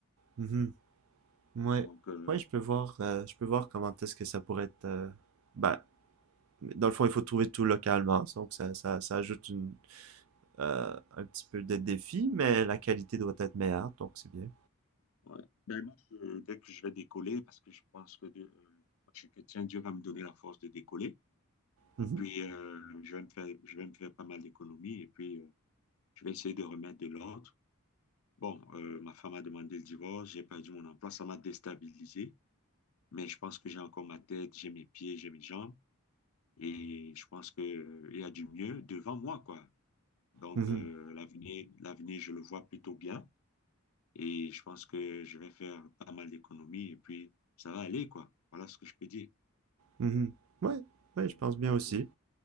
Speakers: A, on the right (about 70°); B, on the left (about 75°).
A: Mhm. Ouais.
B: Donc, euh,
A: Ouais, je peux voir, euh, je peux voir comment est-ce que ça pourrait être. euh, Bah, dans le fond, il faut trouver tout localement, donc ça, ça, ça ajoute une, euh, un petit peu de défi, mais la qualité doit être meilleure, donc c'est bien.
B: Ouais. Ben, moi, je- dès que je vais décoller, parce que je pense que Dieu- euh, moi, je suis chrétien, Dieu va me donner la force de décoller.
A: Mhm.
B: Et puis, euh, je vais me faire, je vais me faire pas mal d'économies. Et puis, euh, je vais essayer de remettre de l'ordre. Bon, euh, ma femme a demandé le divorce, j'ai perdu mon emploi, ça m'a déstabilisé. Mais je pense que j'ai encore ma tête, j'ai mes pieds, j'ai mes jambes. Et je pense que, euh, il y a du mieux devant moi, quoi. Donc,
A: Mhm.
B: euh, l'avenir, l'avenir, je le vois plutôt bien. Et je pense que je vais faire pas mal d'économies et puis ça va aller, quoi. Voilà ce que je peux dire.
A: Mhm. Ouais, ouais,
B: Donc,
A: je pense bien aussi.
B: euh,